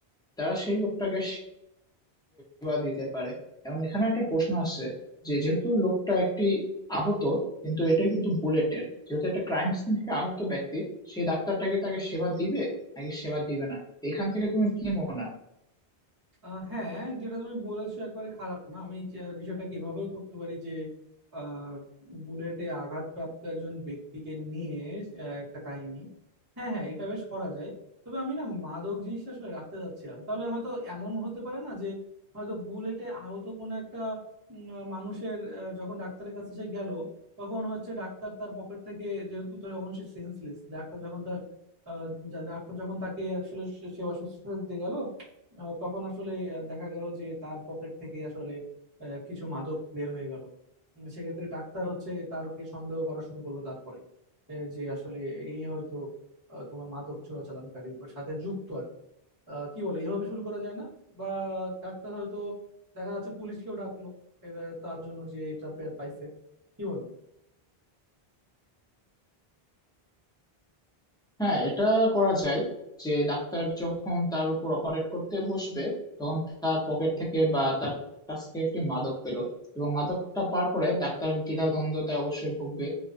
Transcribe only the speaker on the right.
আহ হ্যাঁ যেটা তুমি বলেছো একেবারে খারাপ না আমি যে- বিষয়টাকে এভাবেও করতে পারি যে আহ, বুলেটে আঘাতপ্রাপ্ত একজন ব্যক্তিকে নিয়ে আহ, একটা কাহিনী হ্যাঁ হ্যাঁ এটা বেশ করা যায় তবে আমি না মাদক জিনিসটা আসলে রাখতে চাচ্ছিলাম তাহলে হয়তো এমন হতে পারে না যে হয়তো বুলেটে আহত কোনো একটা উম, আহ, মানুষের আহ, যখন ডাক্তারের কাছে সে গেল তখন হচ্ছে ডাক্তার তার পকেট থেকে যেহেতু তখন সে সেন্সলেস ডাক্তার যখন তার আহ, যা- ডাক্তার যখন তাকে আসলে সে- সেবা শুশ্রূষা দিতে গেল আহ তখন আসলে আহ দেখা গেল যে তার পকেট থেকে আসলে আহ কিছু মাদক বের হয়ে গেল উম সেক্ষেত্রে ডাক্তার হচ্ছে তারকে সন্দেহ করা শুরু করলো তারপরে যে আসলে এ হয়তো আহ তোমার মাদক চোরাচালানকারী বা সাথে যুক্ত আর কি আহ কি বলে এভাবে শুরু করা যায় না বা ডাক্তার হয়তো দেখা যাচ্ছে পুলিশকেও ডাকলো এরা তার জন্য যে এটা পে- পাইছে কি বলো